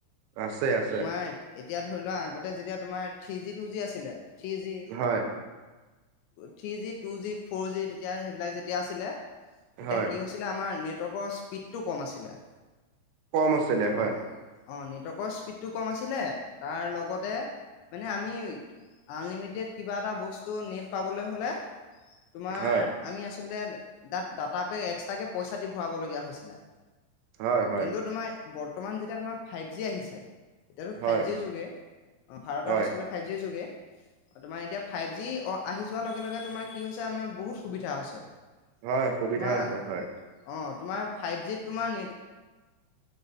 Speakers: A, on the right; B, on the left.
A: আছে আছে
B: তোমাৰ এতিয়া ধৰি লোৱা আগতে যেতিয়া। তোমাৰ থ্ৰীজি টুজি আছিলে, থ্ৰী জি
A: হয়
B: থ্ৰীজি টুজি ফ'ৰজি তেতিয়া, সেইবিলাক যেতিয়া আছিলে তেতিয়া
A: হয়
B: কি হৈছিলে, আমাৰ নেটৱৰ্কৰ স্পীডটো কম আছিলে।
A: কম আছিলে হয়।
B: অ অ', নেটৱৰ্কৰ স্পীডটো কম আছিলে, তাৰ লগতে মানে আমি আনলিমিটেড কিবা এটা বস্তু নেট পাবলৈ হলে, তোমাৰ
A: হয়
B: আমি আচলতে দাটা পেক এক্সট্ৰাকে পইচা দি ভৰাবলগীয়া হৈছিলে।
A: হয়। হয়
B: কিন্তু তোমাৰ বৰ্তমান যেতিয়া তোমাৰ ফাইভ জি আহিছে, এতিয়াতো
A: হয়
B: ফাইভ জি যোগে অ', ভাৰতত
A: হয়
B: আচলতে ফাইভ জিৰ যোগে, তোমাৰ এতিয়া ফাইভ জি আহি যোৱাৰ লগে লগে তোমাৰ কি হৈছে, আমাৰ বহুত সুবিধা হৈছে।
A: হয়, সুবিধা
B: তোমাৰ
A: হৈছে হয়।
B: অ তোমাৰ ফাইভ জিত তোমাৰ, নেটৱৰ্ক